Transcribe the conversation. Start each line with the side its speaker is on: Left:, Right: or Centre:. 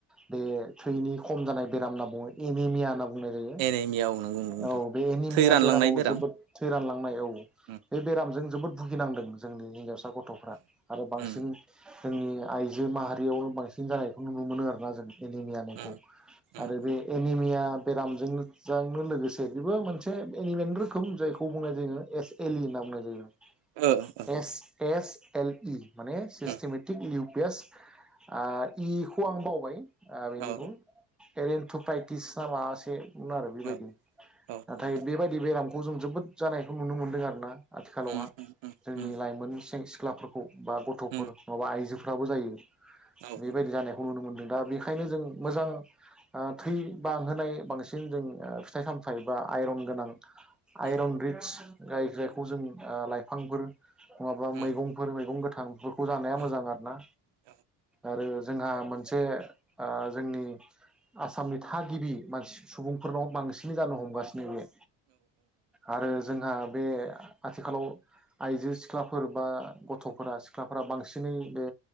Centre: बे थैनि खम जानाय बेराम होनना बुङो एमिमिया होना बुंनाय जायो
Right: एनिमिया औ नंगौ नंगौ नोंथां
Centre: औ बे एनिमिया
Right: थै रानलांनाय
Centre: बेरामाव
Right: बेराम
Centre: जोबोद थै रानलां औ
Right: उम
Centre: बे बेरामजों जोबोद भुगिनांदों जोंनि आ गथ'फ्रा आरो बांसिन
Right: उम
Centre: जोंनि आइजो माहारियावनो बांसिन जानायखौ नुनो मोनो आरो <unintelligible> एनिमिया मुंखौ
Right: उम उम
Centre: आरो बे एनिमिया बेरामजों लोगजां नो लोगोसे बेबो मोनसे एनिमियानो रोखोम जायखौ बुंनाय जायो एसएलि होनना बुंनाय
Right: ओ ओ
Centre: एस एस एल प माने सिस्टेमेटिक
Right: उम औ
Centre: इउ पि एस आं इखौ आं बावबाय आ बेनिखौ
Right: औ
Centre: एरेन तुपाइटिस ना माबामोनसे उमआरो बेबायदि
Right: औ औ नंगौ
Centre: नाथाय
Right: नोंथां।
Centre: बेबायदि बेराम खौ जों जोबोद जानायखौ नुनो मोनदों आरो ना आथिखालावहा
Right: उम उम उम
Centre: जोंनि
Right: उम
Centre: लाइमोन सें- सि सिख्लाफोरखौ बा गथ'फोर
Right: उम
Centre: माबा आइजो फोराबो जायो
Right: औ
Centre: बेबायदि
Right: नंगौ
Centre: जानायखौ नुनो मोन्दों। बेखायनो जों मोजां थै बांहोनाय बांसिन जों फिथाइ सामथायाइ बा आइरन गोनां
Right: उम
Centre: आइरन रित्स जाय जायखौ जों लाइफांफोर नंङाबा
Right: उम
Centre: मैगंफोर मैगं गोथां <unintelligible> खौ जानाया
Right: उम
Centre: मोजां आरोना
Right: औ नंगौ ओ औ नंगौ औ
Centre: आरो जोंहा मोनसे ओ जोंनि आसामनि थागिबि मानसि सुबुंफोरनाव बांसिन जानो हमगासिनो बे आरो जोंहा बे आथिखालाव आइजो सिख्लाफोर बा गथ'फोरा सिख्लाफोरा बांसिनै बे